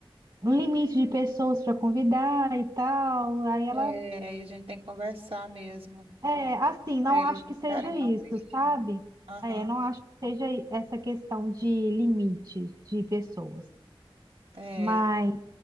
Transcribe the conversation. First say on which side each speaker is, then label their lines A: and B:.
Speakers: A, on the right (about 50°); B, on the right (about 80°).
A: um limite de pessoas para convidar e tal. Aí ela,
B: É, e a gente tem que conversar mesmo,
A: é, assim,
B: para
A: não
B: eles
A: acho
B: não
A: que
B: ficarem
A: seja
B: tão
A: isso,
B: tristes.
A: sabe?
B: Aham,
A: É, não acho que seja essa questão de limite de pessoas.
B: é,
A: Mas,